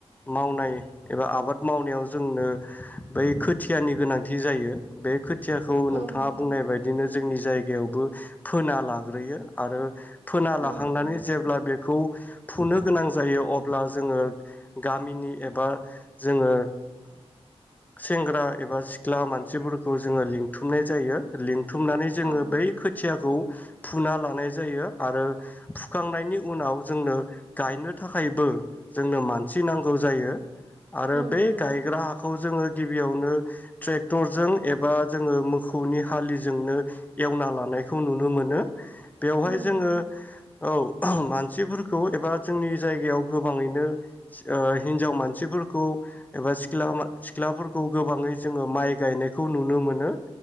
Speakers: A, on the left (about 15°); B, on the right (about 80°).
A: मावनाय एबा आबाद मावनायाव जोंनो बै खोथियानि गोनांथि जायो बे खोथियाखौ नोंथाङा
B: औ नंगौ
A: बुंनाय बायदिनो जोंनि जायगायावबो फोना लाग्रोयो। आरो फोना लाखांनानै
B: औ नंगौ
A: जेब्ला बे खौ फुनो गोनां जायो अब्ला जोङो गामिनि एबा जोङो सेंग्रा एबा सिख्ला मानसिफोरखौ जोङो लिंथुमनाय जायो लिं थुमनानै जोङो
B: औ नंगौ
A: बै खोथियाखौ फुना लानाय जायो आरो फुखांनायनि उनाव जोंनो गायनो थाखायबो जोंनो मानसि नांगौ जायो। आरो
B: औ
A: बे
B: नंगौ
A: गायग्रा हा खौ जोङो गिबियावनो ट्रेक्टरजों एबा जोङो मोखौनि हालिजोंनो एवना लानायखौ नुनो मोनो। बेवहाय
B: औ नंगौ औ
A: जोङो
B: नंगौ
A: औ मानसिफोरखौ एबा जोंनि जायगायाव गोबाङैनो ओ हिनजाव मानसिफोरखौ एबा सिख्ला सिख्लाफोरखौ गोबाङै जोङो माइ गायनायखौ नुनो मोनो।